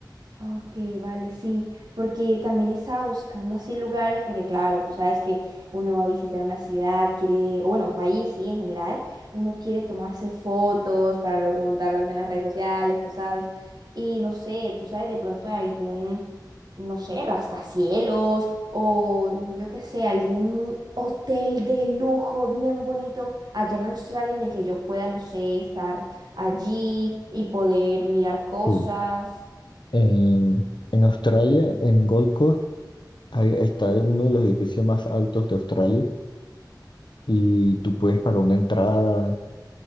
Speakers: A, on the right (about 60°); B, on the left (about 75°).
A: Ok, vale, sí, porque también estaba buscando así lugares, porque claro, tú sabes que uno va a visitar una ciudad, quiere, o bueno, país, sí, en general, uno quiere tomarse fotos para luego montarlas en las redes sociales, tú sabes, y no sé, tú sabes de pronto de algún, no sé, rascacielos o yo qué sé, algún hotel de lujo bien bonito allá en Australia en el que yo pueda, no sé, estar allí y poder mirar cosas.
B: Sí. En, en Australia, en Gold Coast, ahí está uno de los edificios más altos de Australia y tú puedes pagar una entrada,